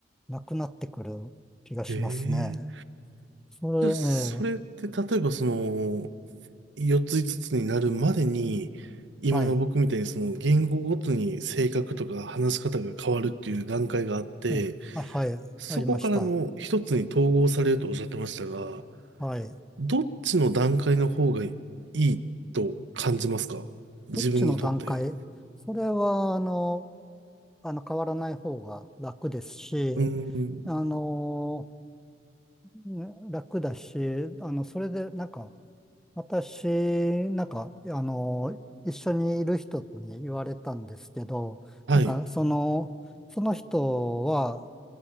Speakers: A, in the centre; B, on the right.
A: なくなってくる気がしますね。
B: ええ。
A: それ、
B: じゃあ、それって、
A: ええ
B: 例えば、その、4つ5つつになるまでに、今の僕みたいに、
A: はい。
B: その、言語ごとに性格とか話し方が変わるっていう段階があって、
A: うん。あ、はい。
B: そこからの1つに統合されるとおっしゃってましたが、
A: ありました。はい。
B: どっちの段階の方がいいと感じますか自分にとって。
A: どっちの段階それは、あの、あの、変わらない方が楽ですし、
B: うーん。
A: あの、ね楽だし、あの、それで、なんか、私、なんか、あの、一緒にいる人に言われたんですけど、
B: はい。
A: なんか、その、その人は、